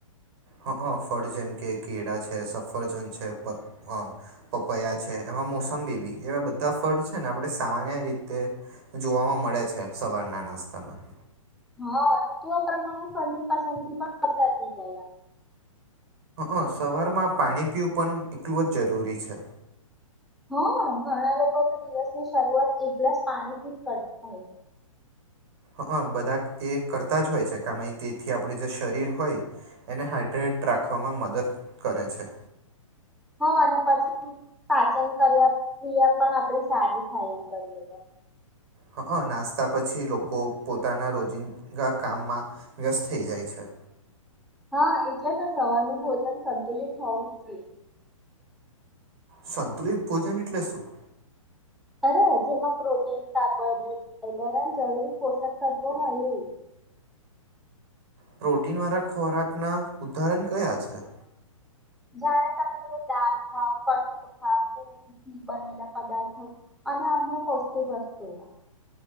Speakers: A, on the right (about 50°); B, in the centre.
A: હ ફળ જેમ કે કેળા છે સફરજન છે પ પપયા છે એમાં મોસંબીબી એવા બધા ફળ છે ને આપણે સામાન્ય રીતે જોવામાં મળે છે સવારના નાસ્તામાં
B: હા ઋતુઓ પ્રમાણે ફળની પસંદગી પણ બદલાતી જાય
A: અ સવારમાં પાણી પીવું પણ એટલું જ જરૂરી છે
B: હા ઘણા લોકો તો દિવસની શરૂઆત એક ગ્લાસ પાણીથી જ કરતા હોય છે
A: હ બધા એ કરતા જ હોય છે કમે તેથી આપણે જે શરીર હોય એને હાાઈડ્રેટ રાખવામાં મદદ કરે છે
B: હ અને પછી પાચન કર્યા કિયા પણ આપડી સારી થાય એવું કરીએ તો
A: હ નાસ્તા પછી લોકો પોતાના રોજિંદા કામમાં વ્યસ્ત થઈ જાય છે
B: હા એટલે તો સવારનું ભોજન સંતુલિત હોવું જ જોઈએ
A: સંતુલિત ભોજન એટલે શું
B: અરે જેમાં પ્રોટીન કાર્બોહાઈડ્રેટ ફાઈબર અને જરૂરી પોષક તત્વો હો એ
A: પ્રોટીન વાળા ખોરાકના ઉદાહરણ કયા છે
B: જાણે તમેું દળ ખાવ કઠોર ખાવ દૂધથી બનેલા પદાર્થો અને અન્ય પૌષ્ટિક વસ્તુઓ